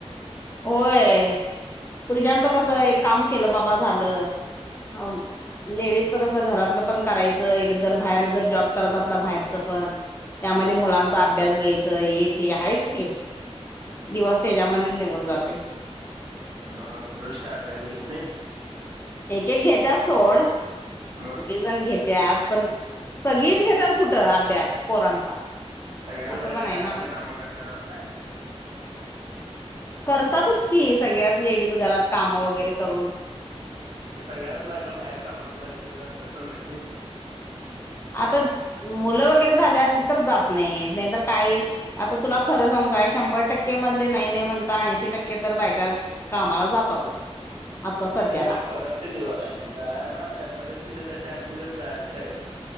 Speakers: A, on the left; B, on the right.
A: होय पुरुषांचं कस एक काम केलं बाबा झालं. हो लेडीज च कस घरात. कस पण करायच एक जर बाहेर जर जॉब करत असला बाहेर च पण त्या मध्ये मुलांचा अभ्यास. अभ्यास घ्यायच येते आहेच क दिवस त्याच्यामध्येच निघून. जातोय
B: मग पुरुष काय अभ्यास घेत नाहीत.
A: एक एक घेत्या सोड एक
B: मग
A: एक जण घेत्या. पण सगळीच घेेतात कुठं अभ्यास पोरांचा.
B: सगळ्याच
A: असं
B: बहिग
A: पण आहे
B: घरातलं
A: ना
B: कामं करतात असंय.
A: करतातच कि सगळ्यात लेडीज घरात काम वगैरे करून.
B: मग सगळ्याच बाय का बाहेर कामाला जायचं तसंय पण नाही नाही.
A: आता मुलं वगैरे झाले असली तर जात नाही नाहीतर काय आता तुला खरं सागुका काही शंभर टक्के मधले नाही नाही म्हणता ऐंशी टक्के तर बायका कामाला जातातच. आता सध्याला
B: ते काय परिस्थितीवर आहे ते जा ना परिस्थिती तशी असली तर जायच पाहिजे.